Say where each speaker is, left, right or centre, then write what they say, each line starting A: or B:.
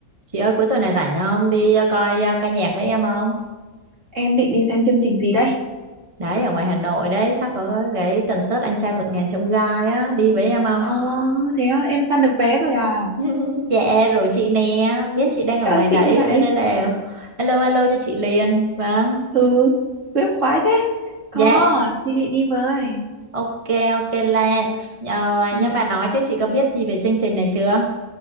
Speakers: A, on the right; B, on the right.
A: Chị ơi cuối tuần này rảnh không? Đi ờ, coi ờ, ca nhạc với em không?
B: Em định đi xem chương trình gì đây?
A: Đấy ở ngoài Hà Nội đấy, sắp có cái cái concert Anh trai vượt ngàn chông gai á, đi với em không?
B: Ờ, thế á, em săn được vé rồi à?
A: <laughs> Dạ rồi chị nè, biết chị đang ở
B: Trời
A: ngoài đấy
B: xịn vậy.
A: cho nên là alo alo cho chị liền. Vâng.
B: Ừ, em khoái thế. Có,
A: Dạ.
B: thì chị đi với.
A: Ok ok là Ờ,
B: Ừ,
A: nhưng mà nói chứ chị có biết gì về chương trình này chưa?